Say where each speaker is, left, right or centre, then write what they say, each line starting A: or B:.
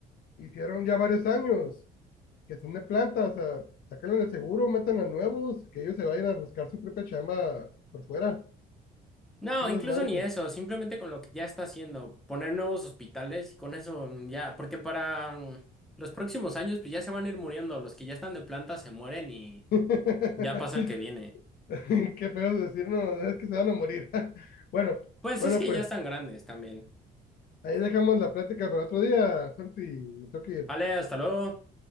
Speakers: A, on the left; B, in the centre.
A: hicieron ya varios años que son de planta, o sea, sáquenlo del seguro, metan a nuevos, que ellos se vayan a buscar su propia chamba por fuera.
B: No,
A: Es un
B: incluso
A: desmadre,
B: ni
A: pues.
B: eso, simplemente con lo que ya está haciendo, poner nuevos hospitales y con eso mm, ya, porque para mm, los próximos años pues ya se van a ir muriendo, los que ya están de planta se mueren y
A: <laughs>
B: ya pasa el que viene.
A: Qué feo decir, no, es que se van a morir. <laughs> Bueno,
B: Pues
A: bueno,
B: es que
A: pues
B: ya están grandes también.
A: ahí dejamos la plática para otro día, Santi, me tengo que ir.
B: Vale, hasta luego.